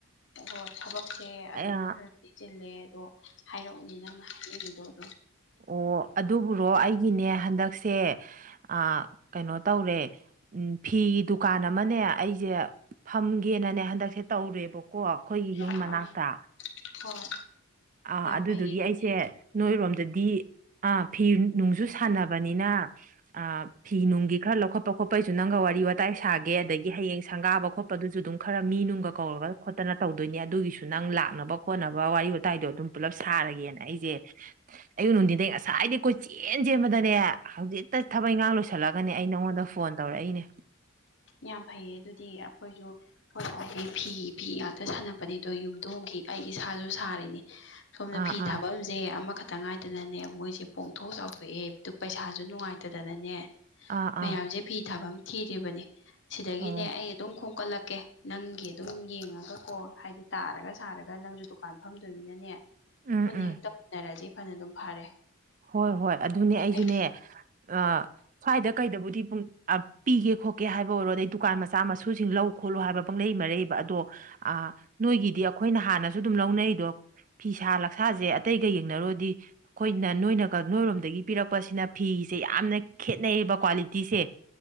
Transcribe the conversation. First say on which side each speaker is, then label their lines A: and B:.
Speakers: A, on the left; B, on the right.
A: ꯑꯣ ꯊꯕꯛꯁꯦ ꯑꯗꯨꯝ
B: ꯑꯣ
A: ꯈꯔꯗꯤ ꯆꯤꯜꯂꯦ ꯑꯗꯣ ꯍꯥꯏꯔꯛꯎꯅꯤ ꯅꯪꯅ ꯍꯥꯏꯅꯤꯡꯉꯤꯗꯣ ꯑꯗꯨꯝ
B: ꯑꯣ ꯑꯗꯨꯕꯨꯔꯣ ꯑꯩꯒꯤꯅꯦ ꯍꯟꯗꯛꯁꯦ ꯑ ꯀꯩꯅꯣ ꯇꯧꯔꯦ ꯎꯝ ꯐꯤꯒꯤ ꯗꯨꯀꯥꯟ ꯑꯃꯅꯦ ꯑꯩꯖꯦ ꯐꯝꯒꯦꯅꯅꯦ ꯍꯟꯗꯛꯁꯦ ꯇꯧꯔꯦꯕꯀꯣ ꯑꯩꯈꯣꯏꯒꯤ ꯌꯨꯝ
A: ꯑꯥ
B: ꯃꯅꯥꯛꯇ
A: ꯑꯥ ꯍꯣꯏ
B: ꯑꯥ
A: ꯌꯥꯝ
B: ꯑꯗꯨꯗꯨꯒꯤ
A: ꯐꯩꯌꯦ ꯑꯗꯨꯗꯤ
B: ꯑꯩꯁꯦ ꯅꯣꯏꯔꯣꯝꯗꯗꯤ ꯑꯥ ꯐꯤ ꯅꯨꯡꯖꯨ ꯁꯥꯟꯅꯕꯅꯤꯅ ꯑ ꯐꯤ ꯅꯨꯡꯒꯤ ꯈꯔ ꯂꯧꯈꯠꯄ ꯈꯣꯠꯄꯩꯁꯨ ꯅꯪꯒ ꯋꯥꯔꯤ ꯋꯥꯇꯥꯏ ꯁꯥꯒꯦ ꯑꯗꯒꯤ ꯍꯌꯦꯡ ꯁꯪꯒꯥꯕ ꯈꯣꯠꯄꯗꯨꯁꯨ ꯑꯗꯨꯝ ꯈꯔ ꯃꯤꯅꯨꯡꯒ ꯀꯧꯔꯒ ꯈꯣꯠꯇꯅ ꯇꯧꯗꯣꯏꯅꯤ ꯑꯗꯨꯒꯤꯁꯨ ꯅꯪ ꯂꯥꯛꯅꯕ ꯈꯣꯠꯅꯕ ꯋꯥꯔꯤ ꯋꯥ ꯇꯥꯏꯗꯣ ꯑꯗꯨꯝ ꯄꯨꯂꯞ ꯁꯥꯔꯒꯦꯅ ꯑꯩꯖꯦ ꯑꯌꯨꯛ ꯅꯨꯡꯗꯤꯟꯗꯩ ꯉꯁꯥꯏꯗꯤ ꯀꯣꯏ ꯆꯦ ꯏꯦꯟ ꯆꯦꯟꯕꯗꯅꯦ ꯍꯧꯖꯤꯛꯇ ꯊꯕꯛ ꯏꯪꯈꯥꯡ ꯂꯣꯏꯁꯜꯂꯒꯅꯦ ꯑꯩ ꯅꯉꯣꯟꯗ ꯐꯣꯟ ꯇꯧꯔꯛꯏꯅꯦ
A: ꯌꯥꯝ ꯐꯩꯌꯦ ꯑꯗꯨꯗꯤ ꯑꯩꯈꯣꯏꯖꯨ ꯍꯣꯏ ꯁ꯭ꯋꯥꯏ ꯐꯒꯤ ꯐꯤ ꯐꯤ ꯉꯥꯛꯇ ꯁꯥꯟꯅꯕꯅꯤꯗꯣ ꯌꯨꯝꯗꯣꯡꯒꯤ ꯑꯩ ꯏꯁꯥꯖꯨ ꯁꯥꯔꯤꯅꯤ ꯁꯣꯝꯗ
B: ꯑꯥ
A: ꯐꯤ
B: ꯑꯥ
A: ꯊꯥꯕꯝ ꯖꯦ ꯑꯃꯈꯛꯇ ꯉꯥꯏꯗꯅꯅꯦ ꯃꯣꯏꯖꯦ ꯄꯣꯡꯊꯣꯛ ꯆꯥꯎꯊꯣꯛꯑꯦ ꯑꯗꯨ ꯄꯩꯁꯥꯁꯨ ꯅꯨꯡꯉꯥꯏꯇꯗꯅꯅꯦ
B: ꯑꯥ
A: ꯃꯌꯥꯝꯁꯦ
B: ꯑꯥ
A: ꯐꯤ ꯊꯥꯐꯝ ꯊꯤꯔꯤꯕꯅꯤ ꯁꯤꯗꯒꯤꯅꯦ
B: ꯑꯣ
A: ꯑꯩ ꯑꯗꯨꯝ ꯈꯣꯝꯀꯠꯂꯛꯀꯦ ꯅꯪꯒꯤ ꯑꯗꯨꯝ ꯌꯦꯡꯉꯒ ꯀꯣ ꯍꯥꯏꯗꯤ ꯇꯥꯔꯒ ꯁꯥꯔꯒ ꯅꯪꯖꯨ ꯗꯨꯀꯥꯟ ꯐꯝꯗꯣꯏꯅꯤꯅꯅꯦ
B: ꯎꯝ
A: ꯄꯨꯟꯅ
B: ꯎꯝ
A: ꯍꯦꯛ ꯇꯧꯃꯤꯟꯅꯔꯖꯤ ꯐꯅ ꯑꯗꯨꯝ ꯐꯔꯦ
B: ꯍꯣꯏ ꯍꯣꯏ ꯑꯗꯨꯅꯦ ꯑꯩꯖꯨꯅꯦ
A: ꯑꯩ
B: ꯑ ꯁ꯭ꯋꯥꯏꯗ ꯀꯩꯗꯕꯨꯗꯤ ꯄꯨꯡ ꯑ ꯄꯤꯒꯦ ꯈꯣꯠꯀꯦ ꯍꯥꯏꯕ ꯑꯣꯏꯔꯣ ꯑꯗꯩ ꯗꯨꯀꯥꯟ ꯃꯆꯥ ꯃꯁꯨꯁꯤꯡ ꯂꯧ ꯈꯣꯠꯂꯨ ꯍꯥꯏꯕ ꯄꯪꯂꯩ ꯃꯔꯩꯕ ꯑꯗꯣ ꯑ ꯅꯣꯏꯒꯤꯗꯤ ꯑꯩꯈꯣꯏꯅ ꯍꯥꯟꯅ ꯗꯨꯗꯨꯝ ꯂꯧꯅꯩꯗꯣ ꯐꯤꯁꯥ ꯂꯛꯁꯥꯁꯦ ꯑꯇꯩꯒ ꯌꯦꯡꯅꯔꯨꯔꯗꯤ ꯑꯩꯈꯣꯏꯅ ꯅꯣꯏꯅꯒ ꯅꯣꯏꯔꯣꯝꯗꯒꯤ ꯄꯤꯔꯛꯄꯁꯤꯅ ꯐꯤꯁꯦ ꯌꯥꯝꯅ ꯈꯦꯠꯅꯩꯌꯦꯕ ꯀ꯭ꯋꯥꯂꯤꯇꯤꯁꯦ